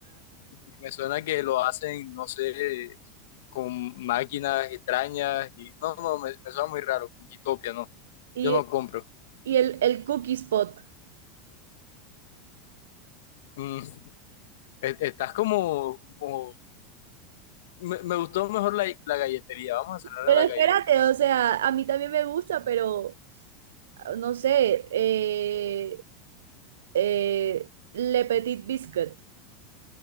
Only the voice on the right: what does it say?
Y,
y el, el Cookie Spot.
Pero
espérate, o sea, a mí también me gusta, pero ah, no sé, eh, eh, Le Petit Biscuit.